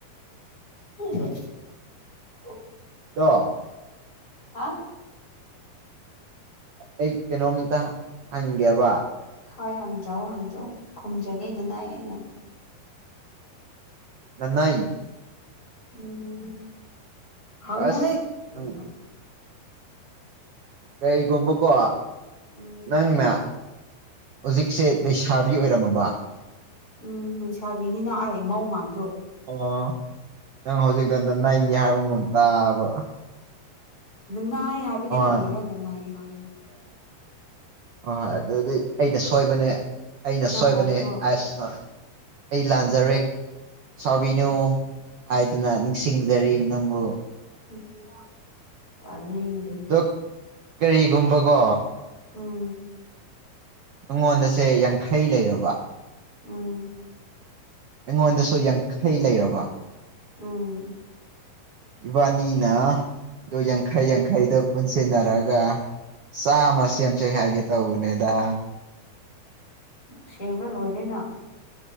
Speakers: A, on the left; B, on the right.
A: ꯎꯝꯅ ꯑꯣ
B: ꯗꯣ
A: ꯍꯥ
B: ꯑꯩ ꯀꯩꯅꯣꯝꯇ ꯍꯪꯒꯦꯕ
A: ꯍꯣꯏ ꯍꯪꯖꯧ ꯍꯪꯖꯧ ꯈꯨꯝꯖꯒꯦ ꯅꯅꯥꯏ ꯑꯩꯅ
B: ꯉꯅꯥꯏ
A: ꯎꯝ ꯍꯉꯣꯍꯦ
B: ꯑꯁ
A: ꯀꯩꯅꯣ
B: ꯎꯝ ꯀꯩꯒꯨꯝꯕꯀꯣ
A: ꯎꯝ
B: ꯅꯪꯅ ꯍꯧꯖꯤꯛꯁꯦ ꯂꯩꯁꯥꯕꯤ ꯑꯣꯏꯔꯝꯃꯥꯕ
A: ꯎꯝ ꯂꯩꯁꯥꯕꯤꯅꯤꯅ ꯑꯩ ꯃꯧ ꯃꯥꯟꯕ꯭ꯔꯣ
B: ꯑꯣ ꯅꯪ ꯍꯧꯖꯤꯛꯀꯥꯟꯗ ꯅꯪꯉꯦ ꯍꯥꯏꯕꯒꯨꯝ ꯇꯥꯕ
A: ꯅꯅꯥꯏ ꯍꯥꯏꯕꯅꯦ
B: ꯍꯣꯏ
A: ꯀꯔꯤꯔꯥ ꯅꯅꯥꯏ ꯍꯥꯏ
B: ꯍꯣꯏ ꯍꯣꯏ ꯑꯗꯨꯗꯤ ꯑꯩꯅ ꯁꯣꯏꯕꯅꯦ ꯑꯩꯅ
A: ꯅꯅꯥꯀꯣꯡꯗꯣ
B: ꯁꯣꯏꯕꯅꯦ ꯑꯁ ꯑꯩ ꯂꯥꯟꯖꯔꯦ ꯁꯥꯎꯕꯤꯅꯨ
A: ꯄꯩꯁꯥ
B: ꯍꯥꯏꯗꯨꯅ ꯅꯤꯡꯁꯤꯡ ꯌꯥꯔꯤ ꯅꯪꯕꯨ
A: <unintelligible> ꯇꯥꯅꯤꯡꯗꯦ
B: ꯑꯗꯣ ꯀꯩꯒꯨꯝꯕꯀꯣ
A: ꯎꯝ
B: ꯅꯉꯣꯟꯗꯁꯦ ꯌꯥꯡꯈꯩ ꯂꯩꯔꯕ
A: ꯎꯝ
B: ꯑꯩꯉꯣꯟꯗꯁꯨ ꯌꯥꯡꯈꯩ ꯂꯩꯔꯕ
A: ꯎꯝ
B: ꯏꯕꯥꯅꯤꯅ ꯑꯗꯨ ꯌꯥꯡꯈꯩ ꯌꯥꯡꯈꯩꯗꯣ ꯄꯨꯟꯁꯤꯟꯅꯔꯒ ꯆꯥꯃꯥ ꯁꯦꯝꯁꯦ ꯍꯥꯏꯒꯦ ꯇꯧꯕꯅꯦꯗꯥ
A: ꯁꯦꯝꯔꯥ ꯂꯣꯏꯔꯦꯅ